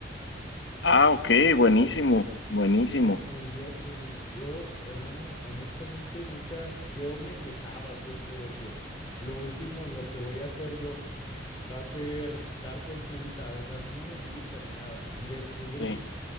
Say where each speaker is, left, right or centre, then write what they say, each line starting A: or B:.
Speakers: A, on the left; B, on the left.
A: Ah, ok, buenísimo, buenísimo.
B: Mira, curioso, Luis. Yo, hermano, honestamente, nunca, yo me quejaba siempre de que lo último en lo que voy a hacer yo. va a ser dar consulta, o sea, a mí no me gusta ni nada. Y descubrí
A: Sí.